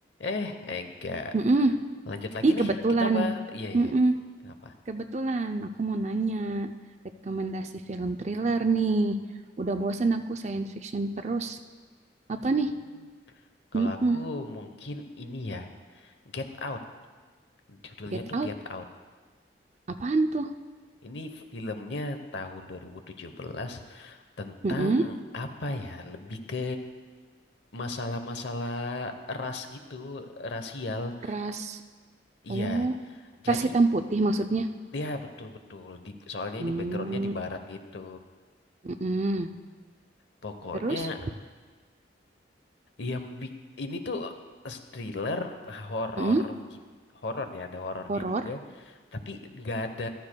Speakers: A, on the left; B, on the right.
A: Eh, enggak.
B: Mm-mm.
A: Lanjut lagi
B: Ih,
A: nih.
B: kebetulan.
A: Kita bahas. Iya,
B: Mm-mm.
A: iya. Kenapa?
B: Kebetulan aku mau nanya rekomendasi film thriller nih. Udah bosen aku science fiction terus. Apa
A: Hmm.
B: nih?
A: Kalau
B: Mm-mm.
A: aku mungkin ini ya. Get Out. Judulnya
B: Get
A: tuh
B: Out.
A: Get Out.
B: Apaan tuh?
A: Ini filmnya tahun 2017 tentang
B: Mm-mm.
A: apa ya? Lebih ke masalah-masalah ras gitu, rasial.
B: Ras.
A: Iya.
B: Oh,
A: Jadi,
B: ras hitam putih maksudnya.
A: ya betul-betul. Di, soalnya
B: Hmm.
A: ini backgroundnya di barat gitu.
B: Mm-mm.
A: Pokoknya
B: Terus?
A: Yang bik- ini tuh thriller, horor
B: Mm-mm.
A: gitu, horor ya ada horornya
B: Horor.
A: juga, tapi nggak ada